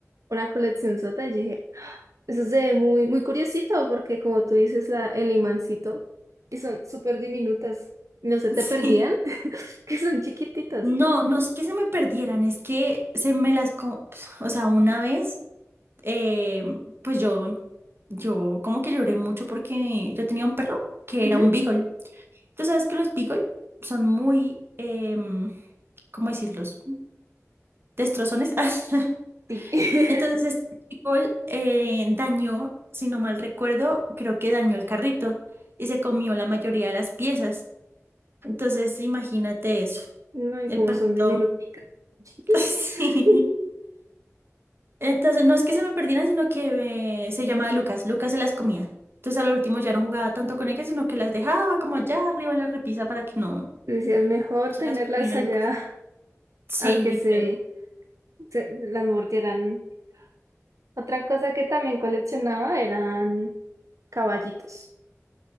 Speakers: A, on the right (about 75°); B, on the right (about 45°).
A: una colección sota y dije, "Ah, eso es de muy, muy curiosito porque como tú dices, la, el imancito, y son súper diminutas, no se
B: <laughs>
A: te perdían,
B: Sí.
A: <laughs> que son chiquititas.
B: No, no es que se me perdieran, es que se me las... co- O sea, una vez, eh, pues yo, yo como que lloré mucho porque yo tenía un perro que
A: Ujú,
B: era un beagle. Tú sabes que los beagle son muy, em, ¿cómo decirlos? Destrozones. <laughs>
A: Sí. <laughs>
B: Entonces este beagle eh, dañó, si no mal recuerdo, creo que dañó el carrito y se comió la mayoría de las piezas. Entonces imagínate eso.
A: No, y
B: El
A: como
B: perrito...
A: son diminuticas, chiquititas.
B: <laughs> Sí.
A: <laughs>
B: Entonces, no es que se me perdieran, sino que eh, se llamaba Lucas. Lucas se las comía. Entonces, a al último ya no jugaba tanto con ellas, sino que las dejaba como allá arriba en la repisa para que no, no
A: Decías, mejor
B: se
A: tenerlas
B: las comiera
A: allá
B: Lucas. Sí,
A: a que
B: literal.
A: se, se las mordieran. Otra cosa que también coleccionaba eran caballitos.